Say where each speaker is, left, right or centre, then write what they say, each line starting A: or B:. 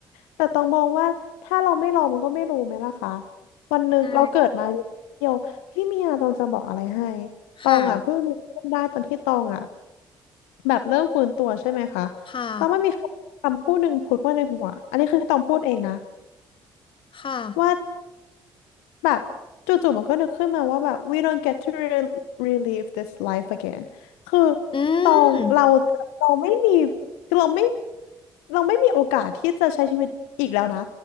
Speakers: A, on the left (about 75°); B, on the left (about 45°).
A: แต่ตองมองว่าถ้าเราไม่ลองมันก็ไม่รู้ไหมล่ะคะวันหนึ่งเราเกิดมา
B: ใช่
A: เดียวพี่เมียตองจะบอกอะไรให้
B: ค่ะ
A: ตองอ่ะเพิ่งนึกขึ้นได้ตอนที่ตองอ่ะ แบบเริ่มฟื้นตัวใช่ไหมคะ
B: ค่ะ
A: แล้วมันมีคำคำพูดหนึ่งพูดมาในหัว อันนี้คือตองพูดเองนะ
B: ค่ะ
A: ว่าแบบจู่ๆมันก็นึกขึ้นมาว่าแบบ we don't get to re- relive this life again คือ
B: อื
A: ตองเรา
B: ม
A: เราไม่มีเราไม่เราไม่มีโอกาสที่จะใช้ชีวิตอีกแล้วนะ